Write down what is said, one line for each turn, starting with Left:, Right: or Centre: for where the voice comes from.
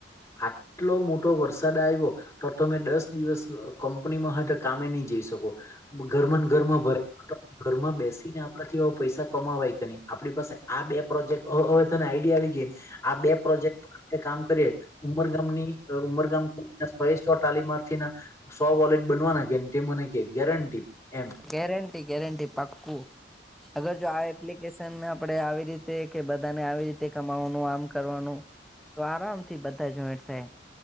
Left: આટલો મોટો વરસાદ આયવો તો તમે દસ દિવસ કંપનીમાં હોય તો કામે નહી જઈ શકો ઘરમાં ને ઘરમાં ભરે ઘરમાં બેસી ને આપણા થી પૈસા કમાવાય કે નહી આપણી પાસે આ બે પ્રોજેક્ટ અ અ તને આઈડિયા આવી ગયાને આ બે પ્રોજેક્ટ આપણે કામ કરીએ ઉમરગામની ઉમરગામ સો સો તાલીમાર્થીના સો વોલેટ બનવાના કે તે મને કે ગેરંટી એમ
Centre: ગેરંટી ગેરંટી પાક્કું અગર જો આ એપ્લિકેશન કેસન આપડે આવી રીતે કે બધાને આવી રીતે કમાવાનું આમ કરવાનું તો આરામથી બધા જોઈન્ટ થાય